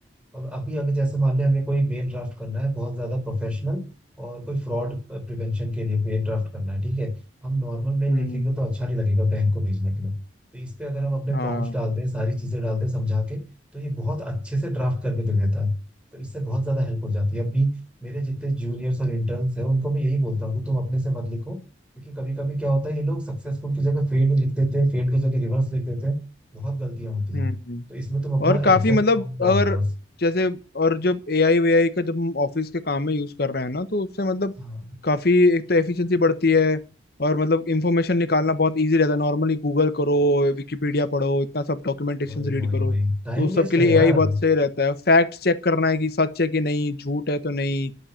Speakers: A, in the centre; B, on the left.
A: और अभी अगर जैसे मान ले हमें कोई मेल ड्राफ्ट करना है बहुत ज्यादा प्रोफेशनल और कोई फ्रॉड प्रिवेंशन के लिए मेल ड्राफ्ट करना है ठीक है हम नॉर्मल मेल
B: हम्म
A: लिखेंगे तो अच्छा नहीं लगेगा बैंक को भेजने के लिए तो इस पे अगर हम अपने
B: हाँ
A: प्रॉम्प्ट डाल दें सारी चीजें डाल दें समझा के तो ये बहुत अच्छे से ड्राफ्ट करके दे देता है तो इससे बहुत ज्यादा हेल्प हो जाती है अभी मेरे जितने जूनियर्स और इंटर्न्स हैं उनको मैं यही बोलता हूँ कि तुम अपने से मत लिखो क्योंकि कभी कभी क्या होता है ये लोग सक्सेसफुल की जगह फेल्ड लिख देते हैं फेल्ड की जगह रिवर्स लिख देते हैं बहुत गलतियां होती
B: हम्म
A: हैं तो इसमें तुम अपना
B: और काफी
A: एग्जैक्ट
B: मतलब
A: प्रॉम्प्ट डाल
B: अगर
A: दो बस
B: जैसे और जब एआई वेआई का जब हम ऑफिस के काम में यूज कर रहे हैं ना तो उससे मतलब
A: हाँ
B: काफी एक तो एफिशिएंसी बढ़ती है और मतलब इंफॉर्मेशन निकालना बहुत इजी रहता है नॉर्मली गूगल करो विकिपीडिया पढ़ो इतना सब डॉक्यूमेंटेशन
A: वही
B: रीड
A: वही
B: करो
A: वही टाइम
B: तो उस
A: वेस्ट
B: सब के
A: है
B: लिए
A: यार
B: एआई बहुत सही रहता है फैक्ट चेक करना है कि सच है कि नहीं झूठ है तो नहीं